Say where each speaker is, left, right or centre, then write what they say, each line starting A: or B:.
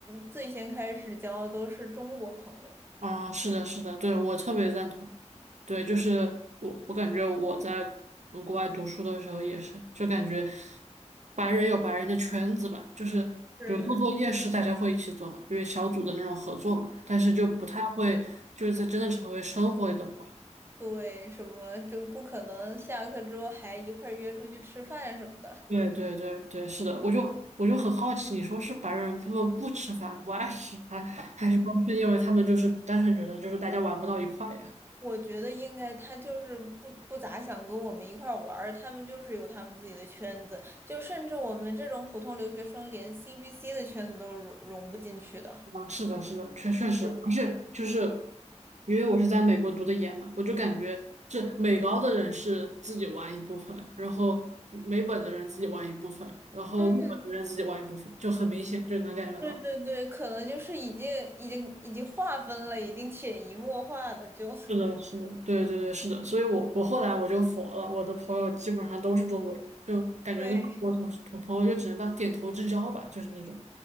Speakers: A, on the right; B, on the right.
A: 最先开始交的都是中国朋友，
B: 啊，是的，是的，对，我特别赞同。对，就是我，我感觉我在嗯国外读书的时候也是，就感觉白人有白人的圈子吧，就是比如做作业是大家会一起做嘛，
A: 是。
B: 因为小组的那种合作嘛，但是就不太会就是在真的成为生活里的朋友。
A: 对，什么就不可能下课之后还一块儿约出去吃饭什么的。
B: 对对对对，是的，我就我就很好奇，你说是白人他们不吃饭，不爱吃饭，还是说是因为他们就是单纯觉得就是大家玩不到一块呀？
A: 我觉得应该他就是不不咋想跟我们一块儿玩儿，他们就是有他们自己的圈子，就甚至我们这种普通留学生连 CBC 的圈子都融融不进去的。
B: 啊，是的，是的，确确实，
A: 是
B: 而且就是因为我是在美国读的研嘛，我就感觉是美高的人是自己玩一部分，然后美本的人自己玩一部分，然后陆本的人自己玩一部分，
A: 嗯，
B: 就很明显就能感觉到。
A: 对对对，可能就是已经已经已经划分了，已经潜移默化的就 <laughs>
B: 是的，是的，对对对，是的，所以我我后来我就佛了，我的朋友基本上都是中国人，就感觉跟外国同事同朋友就只能当点头之交吧，
A: 会
B: 就是那种。